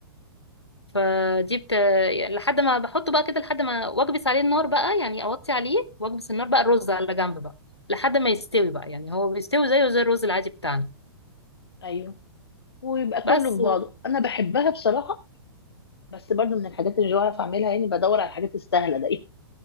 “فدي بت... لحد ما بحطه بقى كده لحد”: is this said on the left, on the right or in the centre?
Left